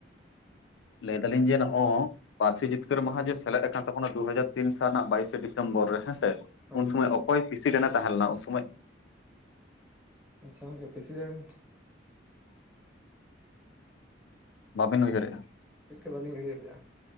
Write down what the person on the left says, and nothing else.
ᱞᱟᱹᱭ ᱫᱟᱞᱤᱧ ᱡᱮ ᱱᱚᱜᱼᱚᱭ ᱯᱟᱹᱨᱥᱤ ᱡᱤᱛᱠᱟᱹᱨ ᱢᱟᱦᱟ ᱡᱮ ᱥᱮᱞᱮᱫ ᱟᱠᱟᱱ ᱛᱟᱵᱚᱱᱟ ᱫᱩ ᱦᱟᱡᱟᱨ ᱛᱤᱱ ᱥᱟᱞ ᱵᱟᱭᱤᱥᱮ ᱰᱤᱥᱮᱢᱵᱚᱨ ᱨᱮ ᱦᱮᱸᱥᱮ?
ᱩᱱ ᱥᱚᱢᱚᱭ
ᱚᱠᱚᱭ ᱯᱨᱤᱥᱤᱰᱤᱱ ᱮ ᱛᱟᱦᱮᱸ ᱞᱮᱱᱟ ᱩᱱ ᱥᱚᱢᱢᱚᱭ?
ᱵᱟᱵᱤᱱ ᱩᱭᱦᱟᱹᱨᱮᱜᱼᱟ?